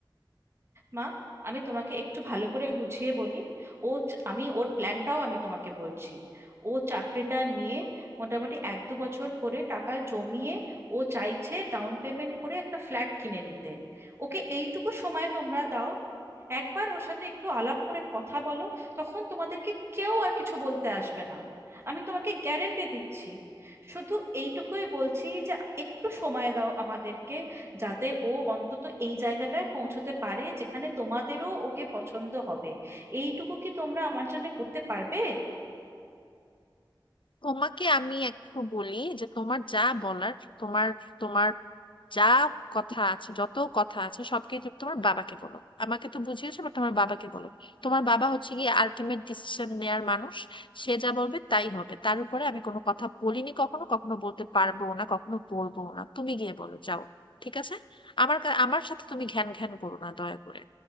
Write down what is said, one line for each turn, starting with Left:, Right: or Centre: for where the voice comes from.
Right: মা আমি তোমাকে একটু ভালো করে বুঝিয়ে বলি ও চ- আমি ওর প্ল্যানটাও আমি তোমাকে বলছি ও চাকরিটা নিয়ে মোটামুটি এক দু বছর করে টাকা জমিয়ে ও চাইছে ডাউন পেমেন্ট করে একটা ফ্ল্যাট কিনে নিতে ওকে এইটুকু সময় তোমরা দাও একবার ওর সাথে একটু আলাপ করে কথা বলো তখন তোমাদেরকে কেউ আর কিছু বলতে আসবে না আমি তোমাকে গ্যারেন্টি দিচ্ছি শুধু এইটুকুই বলছি যে একটু সময় দাও আমাদেরকে যাতে ও অন্তত এই জায়গাটায় পৌঁছতে পারে যেখানে তোমাদেরও ওকে পছন্দ হবে এইটুকু কি তোমরা আমার জন্য করতে পারবে
Left: তোমাকে আমি একটু বলি যে তোমার যা বলার তোমার তোমার যা কথা আছে যত কথা আছে সবকিছু তোমার বাবাকে বলো আমাকে তো বুঝিয়েছো বাট তোমার বাবাকে বলো তোমার বাবা হচ্ছে গিয়ে আলটিমেট ডিসিশন নেয়ার মানুষ সে যা বলবে তাই হবে তার উপরে আমি কোনো কথা বলিনি কখনো কখনো বলতে পারবো না কখনো বলবো না তুমি গিয়ে বলো যাও ঠিক আছে আমার কা- আমার সাথে তুমি ঘ্যান ঘ্যান করো না দয়া করে